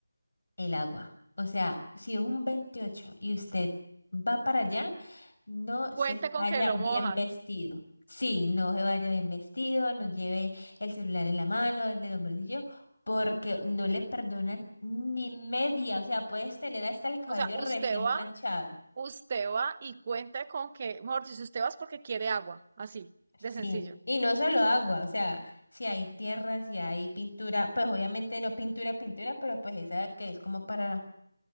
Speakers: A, on the left (about 60°); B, on the right (about 30°).
A: el agua. O sea, si es un 28 y usted va para allá, no
B: Cuente
A: se vaya
B: con que lo
A: bien
B: mojan.
A: vestido. Sí, no se vaya bien vestido, no lleve el celular en la mano, el de los bolsillos, porque no le perdonan ni media. O sea, puedes tener hasta el cabello
B: O sea,
A: recién
B: usted va
A: planchado.
B: Usted va y cuenta con que, mejor dicho, si usted va es porque quiere agua, así,
A: Sí,
B: de sencillo.
A: y no solo agua, o sea, si hay tierra, si hay pintura, pues obviamente no pintura, pintura, pero pues esa que es como para